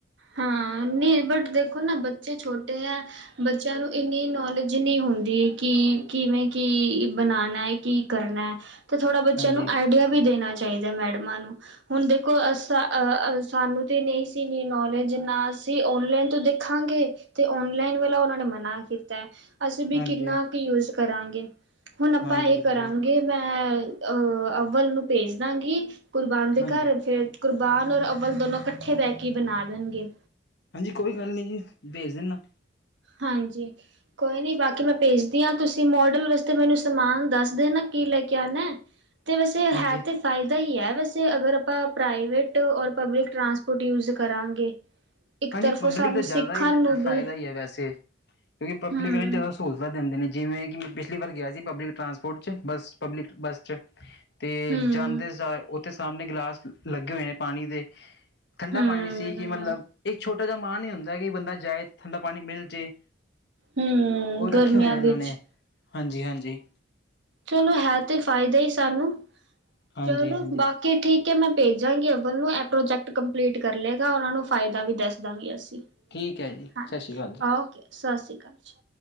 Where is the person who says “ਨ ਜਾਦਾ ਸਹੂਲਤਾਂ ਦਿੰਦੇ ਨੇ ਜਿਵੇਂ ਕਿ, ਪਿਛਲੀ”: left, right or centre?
Left